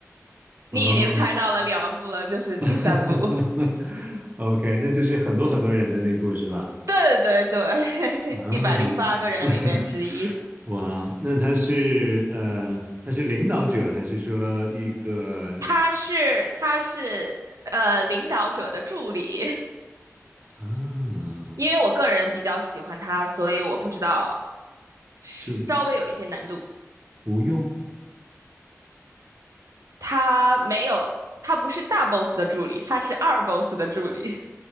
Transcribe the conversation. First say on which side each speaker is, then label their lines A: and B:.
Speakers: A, on the right; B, on the right.
A: 你已经猜到了两部了，
B: 嗯，
A: 就是第三部。
B: 啊 <laughs>，OK，那就是很多很多人的那部是吧？
A: 对对对，<laughs>
B: 啊，
A: 一百零八个人里边之一，
B: <laughs> 哇，那他是呃，他是领导者还是说一个
A: 他是他是呃领导者的助理，
B: 啊，
A: 因为我个人比较喜欢他，所以我不知道稍微有一些难度。
B: 就吴用？
A: 他没有，他不是大 boss 的助理，他是二 boss 的助理，